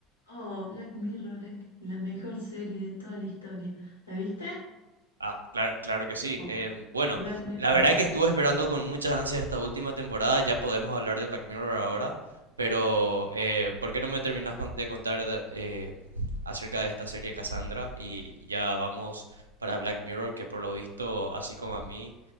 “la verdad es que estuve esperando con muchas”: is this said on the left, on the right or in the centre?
Right